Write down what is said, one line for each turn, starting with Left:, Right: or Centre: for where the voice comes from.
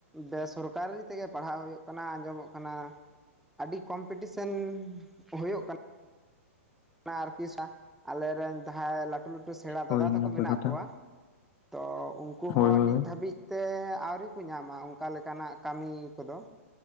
Centre: ᱵᱮᱥᱚᱨᱠᱟᱨᱤ ᱛᱮᱜᱮ ᱯᱟᱲᱦᱟᱜ ᱦᱩᱭᱩᱜ ᱠᱟᱱᱟ ᱟᱸᱡᱚᱢᱚᱜ ᱠᱟᱱᱟ ᱟᱹᱰᱤ ᱠᱚᱢᱯᱤᱴᱤᱥᱮᱱ ᱦᱩᱭᱟᱹᱜ ᱠᱟᱱᱟ᱾ ᱟᱨᱠᱤ ᱟᱞᱮ ᱨᱮᱱ ᱡᱟᱦᱟᱸᱭ ᱞᱟᱹᱴᱩ ᱞᱟᱹᱴᱩ ᱥᱮᱬᱟ ᱫᱟᱼᱫᱟ
Left: ᱦᱳᱭ
Centre: ᱛᱟᱠᱚ
Left: ᱱᱟᱯᱟᱭ
Centre: ᱢᱮᱱᱟᱜ
Left: ᱠᱟᱛᱷᱟ
Centre: ᱠᱚᱣᱟ ᱛᱚ ᱩᱱᱠᱩ
Left: ᱦᱳᱭ
Centre: ᱦᱚᱸ
Left: ᱦᱳᱭ
Centre: ᱱᱤᱛ ᱫᱷᱟᱹᱵᱤᱡ ᱛᱮ ᱟᱹᱣᱨᱤ ᱠᱚ ᱧᱟᱢᱟ ᱚᱱᱠᱟ ᱞᱮᱠᱟᱱᱟᱜ ᱠᱟᱹᱢᱤ ᱠᱚᱫᱚ ᱾